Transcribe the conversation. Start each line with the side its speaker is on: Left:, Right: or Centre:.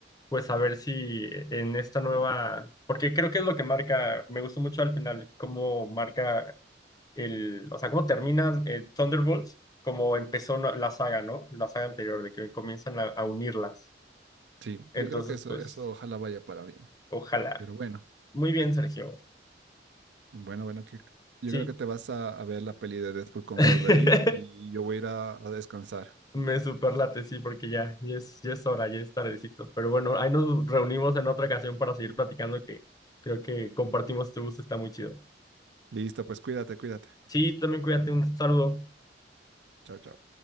Left: pues a ver si en esta nueva, porque creo que es lo que marca, me gustó mucho al final, cómo marca el, o sea, cómo termina eh, Thunderbolts, como empezó no- la saga, ¿no? La saga anterior, de que comienzan a, a unirlas.
Right: Sí,
Left: Entonces,
Right: yo creo que eso,
Left: pues,
Right: eso ojalá vaya para bien.
Left: ojalá.
Right: Pero bueno.
Left: Muy bien, Sergio.
Right: Bueno, bueno, que yo
Left: Sí.
Right: creo que te vas a, a ver la peli de Deadpool con
Left: <laughs>
Right: Wolverine y yo voy a ir a, a descansar.
Left: Me superlate, sí, porque ya, ya es, ya es hora, ya es tardecito. Pero bueno, ahí nos reunimos en otra ocasión para seguir platicando que creo que compartimos este gusto, está muy chido.
Right: Listo, pues cuídate, cuídate.
Left: Sí, también cuídate, un saludo.
Right: Chao, chao.